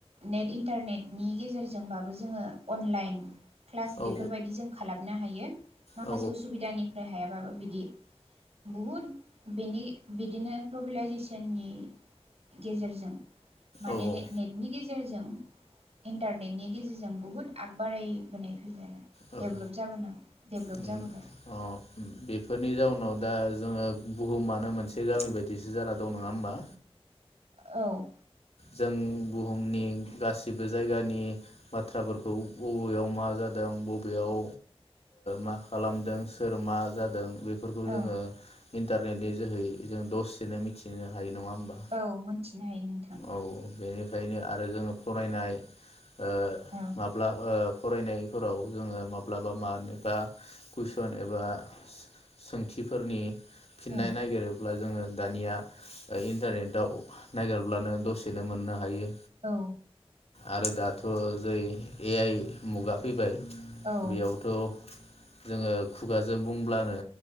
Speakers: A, on the right (about 80°); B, on the left (about 80°).
A: नेट इन्टारनेटनि गेजेरजोंबाबो जोङो अनलाइन क्लास
B: औ
A: बेफोरबायदि जों खालामो। ना हायो। माखासे
B: औ
A: उसुबिदानि बाबो बिदि बहुत बेनि बिदिनो ग्लबेलाइजेसननि गेजेरजों माने
B: औ औ
A: नेटनि गेजेरजों इन्टारनेटनि गेजेरजों बहुद आगबारायबोनाय फैबाय आरो
B: औ
A: डेभलप जाबोनो डेभलप
B: अ
A: जाबोबाय।
B: बेफोरनि जाउनाव दा जोङो बुहुमानो मोनसे गामि बायदिसो जाना दं नङा होमबा?
A: औ
B: जों बुहुमनि गासिबो जायगानि बाथ्राफोरखौ बबेयाव मा जादों बबेयाव मा खालामदों सोर मा जादों बेफोरखौ जोङो
A: औ
B: इन्टारनेटनि जोहै जों दसेनो मिथिनो हायो नङा? होमबा
A: औ मोनथिनो हायो नोंथां
B: औ बेनिखायनो आरो जोङो फरायनाय ओ
A: औ
B: माब्ला ओ फरायनायफोराव जोङो माब्लाबा माबा कुइसन एबा सोंथिफोरनि फिननाय
A: औ
B: नागिरोब्ला जोङो दानिया इन्टारनेटाव नागिरब्लानो दसेनो मोननो हायो
A: औ
B: आरो दाथ' जै ए आइ मुगा फैबाय
A: औ
B: बेयावथ' जोङो खुगाजों बुंब्लानो